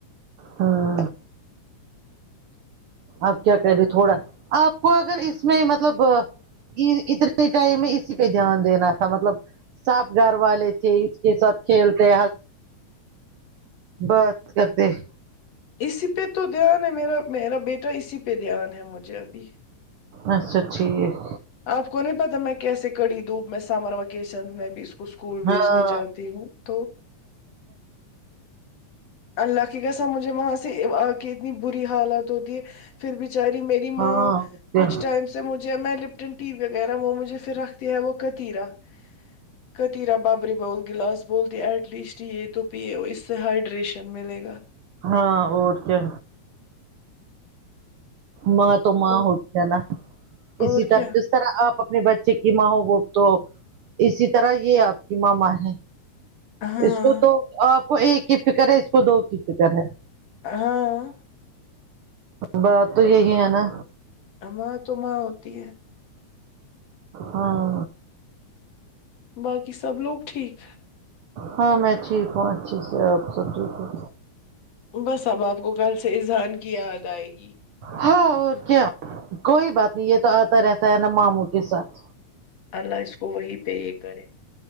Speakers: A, on the right; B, on the left.
A: ہاں آپ کیا کہہ رہے تھوڑا آپ کو اگر اس میں مطلب یہ اتنے اس ٹائم میں اسی پہ دھیان دینا تھا مطلب ساب گھر والے تھے اس کے ساتھ کھیلتے بات کرتے
B: اسی پہ تو دھیان ہے میرا میرا بیٹا اسی پہ دھیان ہے مجھے ابھی
A: اچھا ٹھیک
B: آپ کو نہیں پتا میں کیسے کڑی دوں میں سمر ویکیشن میں بھی اس کو اسکول
A: ہاں
B: بھیجنے جاتی ہوں تو اللہ کی قسم مجھے وہاں سے آ کے اتنی بری حالت ہوتی پھر بچاری میری
A: ہاں
B: ماں
A: اور کیا
B: کچھ ٹائم سے مجھے میں لپٹن ٹی وی وغیرہ وہ مجھے پھر رکھتی ہے وہ کرتی رہ کتییرا بابری بول گلاس بولتی ایٹ لیسٹ یہ تو پیے اس سے ہائڈ نیوٹریشن ملے گا
A: ہاں اور کیا ماں تو ماں
B: او-
A: ہوتی ہے نا اسی
B: اور
A: طرح
B: کیا
A: سے اس طرح آپ اپنے بچے کی ماں ہو گو تو اسی طرح یہ آپ کی ماں ماں ہے
B: ہاں
A: اس کو تو آپ کو ایک کی فکر ہے اس کو دو کی فکر ہے
B: ہاں
A: بات تو یہ ہی ہیں نا
B: ماں تو ماں ہوتی ہے
A: ہاں
B: باقی سب لوگ ٹھیک
A: ہاں میں ٹھیک ہوں اچھے سے آپ سب ٹھیک ہوں
B: بس اب آپ کو کل سے اذہان کی یاد آئے گی
A: ہاں اور کیا کوئی بات نہیں یہ تو آتا رہتا ہے ناں ماموں کے ساتھ
B: اللہ اس کو وہی پہ یہ کریں